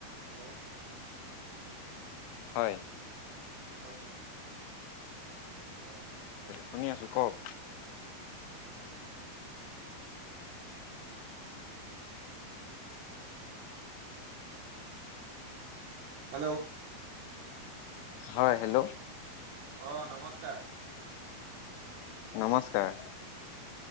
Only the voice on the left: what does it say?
হয়।
শুনি আছো কওক
হয়, হেল্ল'?
নমস্কাৰ।